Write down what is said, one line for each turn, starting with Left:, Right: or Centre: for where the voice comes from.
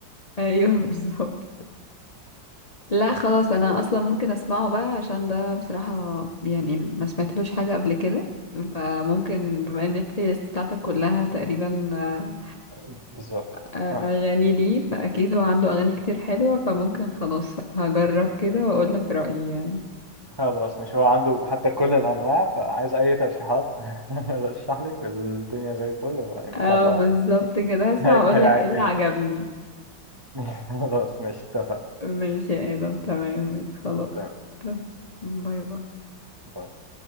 Left: ايوه <laughs> بالظبط لا خلاص انا اصلا ممكن اسمعه بقى عشان ده بصراحة يعني ما سمعتلوش حاجة قبل كده فممكن بما ان البلاي ليست بتاعتك كلها تقريبا آه،
Right: <laughs> بالظبط
Left: آه،
Right: اه
Left: اغاني ليه فاكيد هو عنده اغاني كتير حلوة فممكن خلاص هجرب كده واقول لك رأيي يعني
Right: خلاص مش هو عنده حتى كل الأنواع فعايز أي ترشيحات <laughs> رشح لك والدنيا زي الفل إن
Left: اه
Right: شاء الله
Left: بالظبط كده هسمع
Right: هي...
Left: واقول
Right: هيعجبك
Left: لك ايه اللي عجبني
Right: <laughs> خلاص مش اتفق
Left: ماشي يا آدم تمام ماشي خلاص
Right: تمام.
Left: تمام. باي باي
Right: باي.